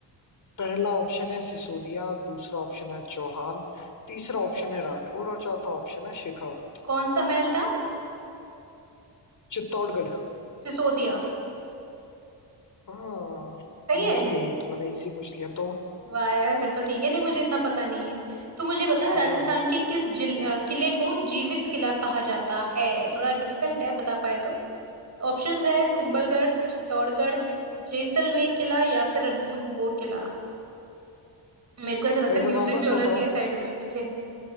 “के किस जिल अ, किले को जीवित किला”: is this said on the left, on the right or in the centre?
Right